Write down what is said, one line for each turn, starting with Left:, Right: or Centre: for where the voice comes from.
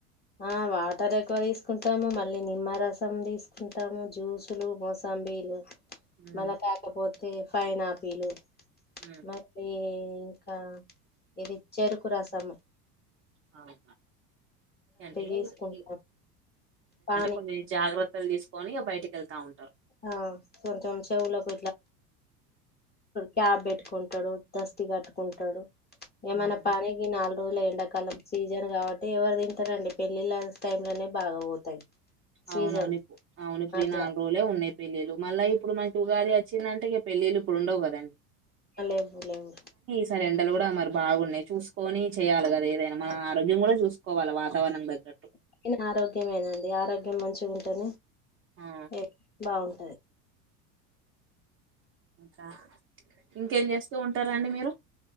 Left: ఆ వాటర్ ఎక్కువ తీసుకుంటాము మళ్ళీ నిమ్మరసం తీసుకుంటాము జ్యూసులు మోసాంబీలు
Right: ఉమ్,
Left: మన తకాపో ఫైన్ పిలు
Right: ఉమ్,
Left: మత్తే ఇంకా ఇది చేరుకు రాసాము
Right: అవును అంటేదంటే
Left: తీసుకుంటాం పానీ
Right: కొన్ని జాగ్రత్తలు తీసు పోని బయటకి వెళ్తా ఉంట
Left: ఆ కొంచెం చెవులకు క్యాబ్ ఇట్టుకుంటు డు దష్టి కట్టుకుంటాడు ఏమైన్నా
Right: ఉమ్,
Left: పనికి నాలుగు రోజుల ఎండాకాలం సీజన్ కాబట్టి ఎవరు తింటారండి పెళ్ళిళ్ళ టైమ్ లోనే బాగా పోతాయి సీజన్
Right: అవునవుని అవును ఇప్పుడు
Left: అట్లా
Right: ఈ నాలుగు రోజులే ఉన్నాయి పెళ్ళళ్ళలు మళ్ళ ఇప్పుడు మకి ఉగాది వచ్చిందంట ఇక పెళ్ళళ్ళ ఇడుండవు కదండి
Left: లేవు లేవు
Right: సారి ఎండలు కూడా మరి బాగున్నాయి చూసుకొని చేయాలి కదా ఏదైనా మన ఆరోగ్యం కూడా చూసుకోవాలి వాతావరణం తగ్గట్టు
Left: <inaudible> నా ఆరోగ్యమేనండి ఆరోగ్ ఏ మంచిగుంటది
Right: ఆ
Left: ఏ బావున్
Right: తా ఇంకేం చేస్తూ ఉంటారండి మీరు